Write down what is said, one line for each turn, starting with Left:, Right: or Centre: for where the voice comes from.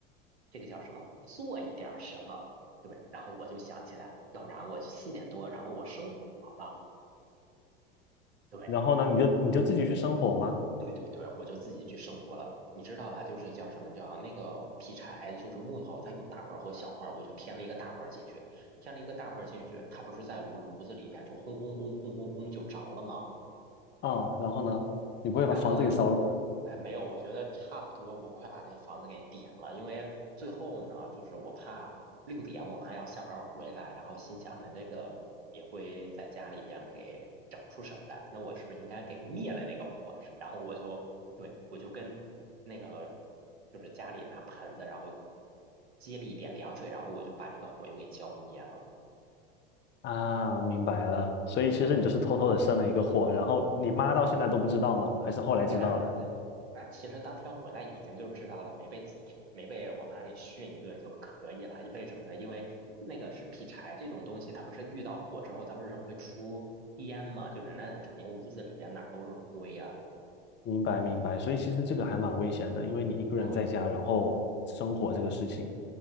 Right: 这个叫什么，做一点儿什么？对，然后我就想起来，要不然我四点多，然后我生火吧。对，
Left: 然后呢，你就你就自己去生火吗？
Right: 对对对，我就自己去生火了。你知道吧？就是叫什么叫那个劈柴，就是木头，它有大块儿和小块儿，我就添了一个大块儿进去，添了一个大块儿进去，它不是在炉炉子里边就轰轰轰轰轰轰就着了吗？
Left: 啊，然后呢，你不会把房子给烧了吧？
Right: 然后呢，哎，没有，我觉得差不多，我快把那房子给点了，因为最后呢，就是我怕六点我妈要下班儿回来，然后心想那这个也会在家里边给整出什么来，那我是不是应该给灭了那个火？然后我就，对，我就跟那个就是家里拿盆子，然后接了一点凉水，然后我就把这个火又给浇灭了。
Left: 啊，明白了，所以其实你就是偷偷的生了一个火，
Right: 对，
Left: 然后你妈到现在都不知道吗？还是后来知道了？
Right: 那呃那其实当天回来已经就知道了，没被自没被我妈给训一顿就可以了。为什么呢？因为那个是劈柴这种东西，它不是遇到火之后，它不是会出烟嘛？就是那肯定屋子里边哪儿都是灰呀、
Left: 明白明白，所以其实这个还蛮危险的，因为你一个人在家，
Right: 对
Left: 然后生火这个事情，